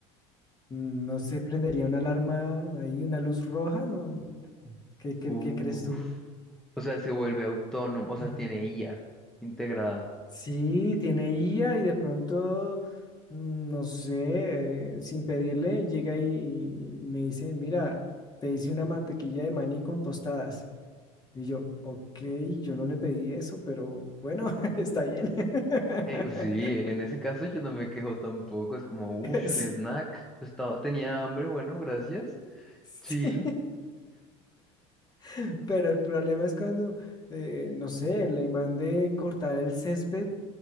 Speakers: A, on the left (about 25°); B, in the centre.
A: ¿No se prendería una alarma ahí, una luz roja? ¿No? ¿Qué, cre-
B: Uf,
A: qué crees tú?
B: o sea, se vuelve autónomo, o sea,
A: <clears throat>
B: tiene IA integrada.
A: Sí, tiene IA y de pronto, mm, no sé, eh, sin pedirle, llega y, y- y me dice, mira, te hice una mantequilla de maní con tostadas. Y yo, ok, yo no le pedí eso, pero bueno, <laughs> está bien. <laughs>
B: Eh, pues, sí, en ese caso yo no me quejo tampoco, es como, uff,
A: Sí,
B: un snack, estaba, tenía hambre, bueno, gracias,
A: Sí,
B: chill,
A: <laughs> pero el problema es cuando, eh, no sé, le mandé cortar el césped